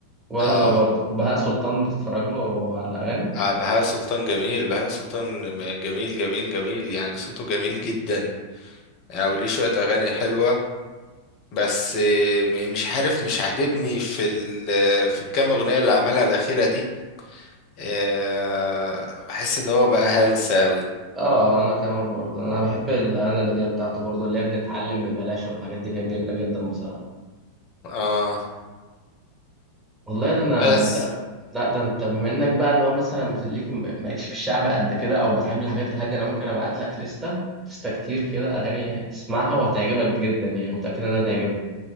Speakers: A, on the right; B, on the left.
A: ولا
B: اه
A: انا برضه وبهاء سلطان بتتفرج له على اغاني
B: آه، بهاء سلطان جميل بهاء سلطان جميل جميل جميل يعني صوته جميل جدا آه، وليه شويه اغاني حلوه بس آه، م- مش عارف مش عاجبني في ال... في الكام اغنيه اللي عملها الاخيره دي آه، بحس ان هو بقى هلس اوي
A: اه انا كمان برضه انا بحب الاغاني القديمه بتاعته برضه اللي هي بنتعلم ببلاش والحاجات دي كانت جميله جدا بصراحه
B: اه
A: والله ده انا
B: بس
A: انت لا ده انت بما انك بقى اللي هو مثلا ليك م- مالكش في الشعب قد كده او بتحب الحاجات الهاديه انا ممكن ابعت لك لستة لستة كتير كده اغاني تسمعها وهتعجبك جدا يعني متاكد انها تعجبك